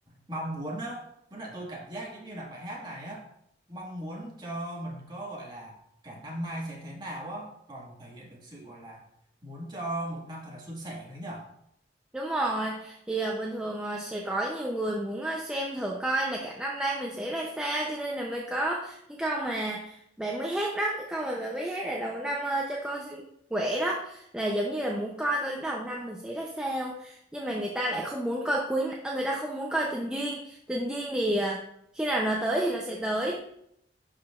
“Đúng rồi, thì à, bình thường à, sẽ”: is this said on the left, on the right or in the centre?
Centre